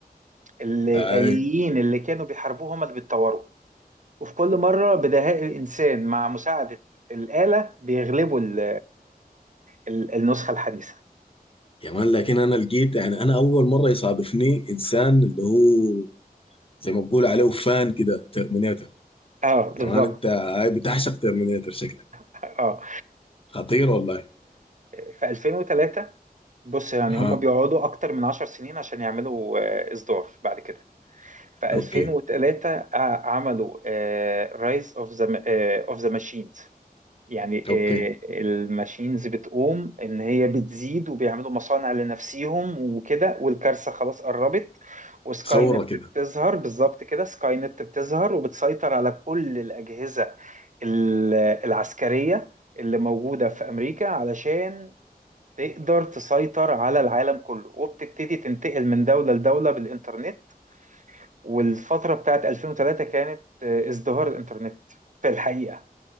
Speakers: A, on the right; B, on the left.
A: الآليين
B: اي
A: اللي كانوا بيحاربوه هما اللي بيتطوروا وفي كل مرة بدهاء الإنسان مع مساعدة الآلة بيغلبوا ال- ال- النسخة الحديثة
B: يا مان لكن انا لقيت يعني انا اول مره يصادفني انسان اللي هو زي ما بقول عليه فان كده ترمينيتر
A: اه بالظبط
B: يا مان انت هاي بتعشق ترمينيتر شكلك
A: اه آه،
B: خطير والله
A: في 2003 بص يعني
B: ها
A: هم بيقعدوا اكتر من 10 سنين عشان يعملوا آه، اصدار بعد كده في
B: اوكي
A: 2003 آه، عملوا رايز اوف ذا اوف ذا ماشينز يعني
B: اوكي
A: آه، الماشينز بتقوم ان هي بتزيد وبيعملوا مصانع لنفسيهم وكده والكارثه خلاص قربت وسكاي
B: صوره
A: نت
B: كده
A: بتظهر بالظبط كده سكاي نت بتظهر وبتسيطر على كل الاجهزه ال- العسكريه اللي موجوده في امريكا علشان تقدر تسيطر على العالم كله وبتبتدي تنتقل من دوله لدوله بالانترنت والفتره بتاعت 2003 كانت آه، ازدهار الانترنت في الحقيقه